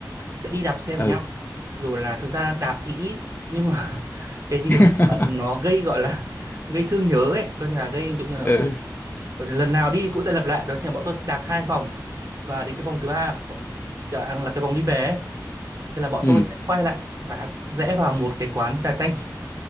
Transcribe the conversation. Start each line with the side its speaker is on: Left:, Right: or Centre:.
Right: sẽ đi đạp xe
Left: ừ
Right: với nhau rồi là thực ra đạp thì ít nhưng mà <laughs> cái điểm
Left: <laughs>
Right: nó gây gọi là <laughs> gây thương nhớ ấy coi như là gây kiểu như là
Left: ừ
Right: coi như lần nào đi cũng sẽ lặp lại đó chính là bọn tôi sẽ đạp hai vòng và đến cái vòng thứ ba bọn, kiểu là cái vòng đi về ấy, thì là bọn
Left: ừ
Right: tôi sẽ quay lại và rẽ vào một cái quán trà chanh